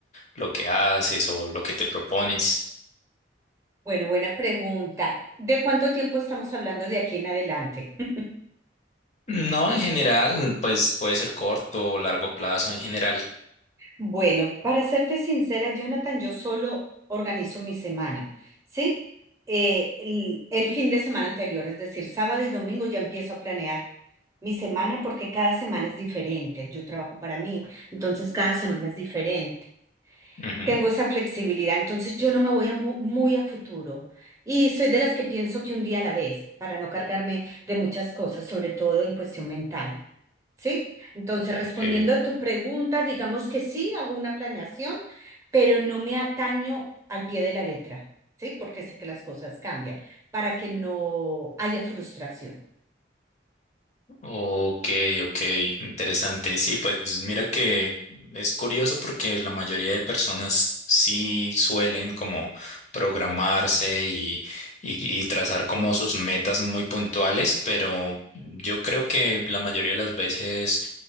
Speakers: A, on the left; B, on the right.
A: lo que haces o lo que te propones.
B: Bueno, buena pregunta. ¿De cuánto tiempo estamos hablando de aquí en adelante? <laughs>
A: No, en general, pues puede ser corto o largo plazo en general.
B: Bueno, para serte sincera, Jonathan, yo solo organizo mi semana, ¿sí? Eh, el, el fin de semana anterior, es decir, sábado y domingo ya empiezo a planear mi semana porque cada semana es diferente. Yo trabajo para mí, entonces cada semana es diferente.
A: Ujú,
B: Tengo esa flexibilidad, entonces yo no me voy a mu- muy a futuro y soy de las que pienso que un día a la vez, para no cargarme de muchas cosas, sobre todo en cuestión mental, ¿sí? Entonces, respondiendo
A: ok.
B: a tu pregunta, digamos que sí, hago una planeación, pero no me ataño al pie de la letra, ¿sí? Porque sé que las cosas cambian, para que no haya frustración.
A: Ok, ok, interesante. Sí, pues mira que es curioso porque la mayoría de personas sí suelen como programarse y, y, y trazar como sus metas muy puntuales, pero yo creo que la mayoría de las veces